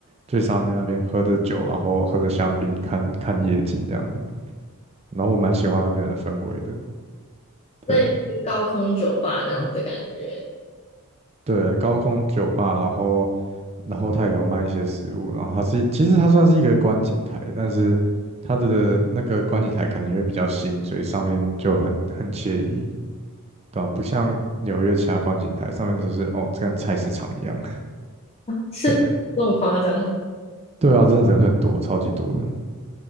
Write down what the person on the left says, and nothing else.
类似高空酒吧这样子的感觉，
是这么夸张？